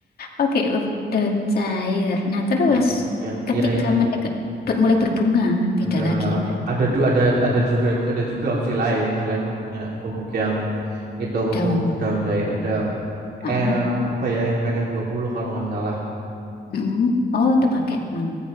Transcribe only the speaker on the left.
Oke, pupuk daun cair. Nah, terus
ketika
mendekat, ber- mulai berbunga, beda
lagi berarti
daun.
Ah,
mm Oh, itu pakai emang.